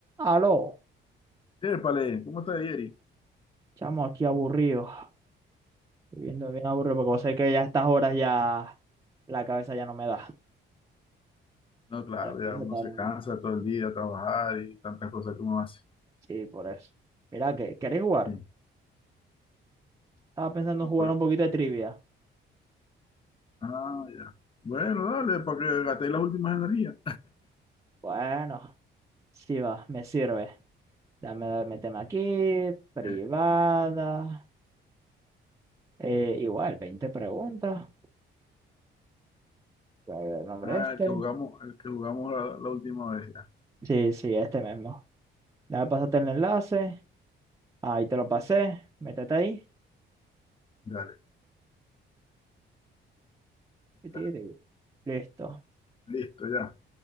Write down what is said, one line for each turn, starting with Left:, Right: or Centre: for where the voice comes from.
Right: Aló,
Left: Yépale, ¿cómo está Yeri?
Right: chamo, aquí aburrido, viviendo bien aburrido, porque vos sabés que ya a estas horas ya la cabeza ya no me da.
Left: No, claro,
Right: A la cabeza
Left: ya uno
Right: está
Left: se
Right: dando,
Left: cansa
Right: ¿no?
Left: todo el día a trabajar y tantas cosas que uno hace.
Right: Sí, por eso. Mira, ¿qué ¿queréis jugar?
Left: Sí,
Right: Estaba pensando
Left: bueno,
Right: en jugar
Left: pero,
Right: un poquito de trivia.
Left: ah, ya. Bueno, dale, para que gastéis las últimas energías.
Right: Bueno, sí va, me sirve. Dame, méteme aquí, privada.
Left: Eh,
Right: eh, igual, 20 preguntas. ¿Cuál es el nombre
Left: ah,
Right: este?
Left: el que jugamos, el que jugamos la, la última vez, ya.
Right: Sí, sí, este mismo. Dame, pasarte el enlace. Ahí te lo pasé. Métete ahí.
Left: Dale, ahí está.
Right: y ti- ti- Listo.
Left: Listo, ya.